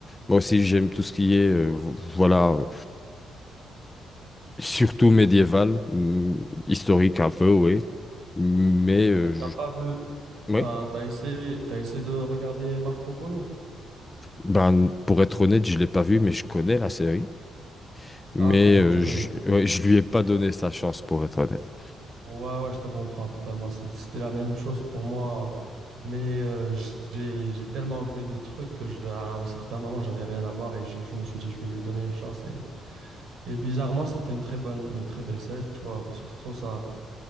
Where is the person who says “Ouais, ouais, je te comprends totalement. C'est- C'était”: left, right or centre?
Right